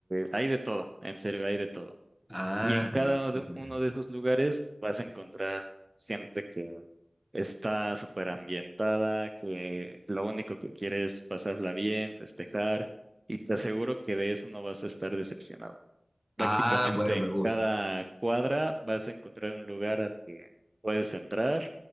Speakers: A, on the right (about 35°); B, in the centre.
A: hay de todo, en serio, hay de todo.
B: Ah,
A: Y en cada
B: súper.
A: de- uno de esos lugares vas a encontrar gente que está súper ambientada, que lo único que quiere es pasarla bien, festejar, y te aseguro que de eso no vas a estar decepcionado. Prácticamente
B: ah, bueno, me
A: en
B: gusta.
A: cada cuadra vas a encontrar un lugar al que puedes entrar,